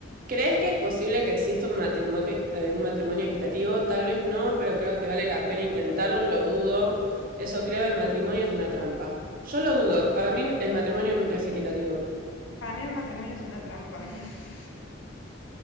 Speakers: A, on the right (about 45°); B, on the left (about 70°).
A: ¿crees que es posible que exista un matrimonio, eh, un matrimonio equitativo? Tal vez no, pero creo que vale la pena intentarlo, lo dudo. Eso creo, el matrimonio es una trampa. Yo lo dudo, para mí el matrimonio nunca es equitativo.
B: Para mí el matrimonio es una trampa. <laughs>